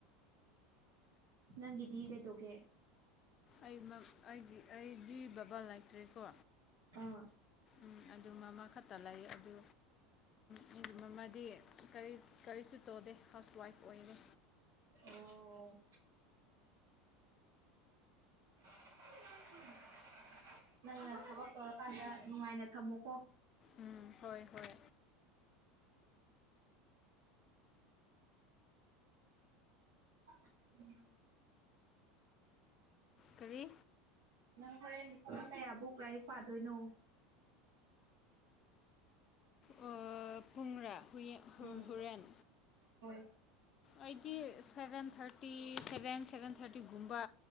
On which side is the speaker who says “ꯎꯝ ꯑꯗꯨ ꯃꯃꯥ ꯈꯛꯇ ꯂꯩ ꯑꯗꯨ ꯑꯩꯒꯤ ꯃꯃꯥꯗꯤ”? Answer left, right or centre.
Left